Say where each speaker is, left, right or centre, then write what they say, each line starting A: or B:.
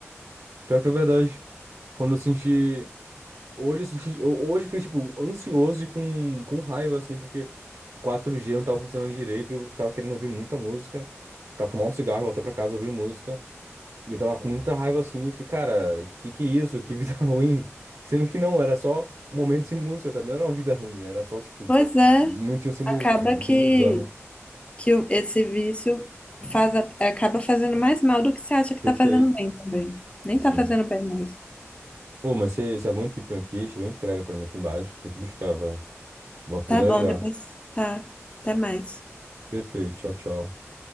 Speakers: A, on the right; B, on the left.
A: pior que é verdade. Quando eu senti. Hoje, eu senti, eu- hoje eu fiquei, tipo, ansioso e com, com raiva, assim, porque quatro g não tava funcionando direito, eu tava querendo ouvir muita música, pra fumar um cigarro e voltar pra casa ouvindo música. E eu tava com muita raiva, assim, e fiquei, cara, que que é isso? Que vida <laughs> ruim. Sendo que não, era só um momento sem música, sabe? Não era uma vida ruim, era só, tipo,
B: Pois é,
A: um momentinho sem música.
B: acaba que,
A: Isso é muito bizarro.
B: que o- esse vício faz, a- acaba fazendo mais mal do que você acha que
A: Perfeito.
B: tá fazendo bem também. Nem
A: Sim.
B: tá fazendo bem mais.
A: Pô, mas você você aguenta ir pra um queixo, entrega pra mim aqui embaixo. Tem que buscar, velho. Volta
B: Tá
A: já
B: bom,
A: já.
B: depois tá. Até mais.
A: Perfeito. Tchau, tchau.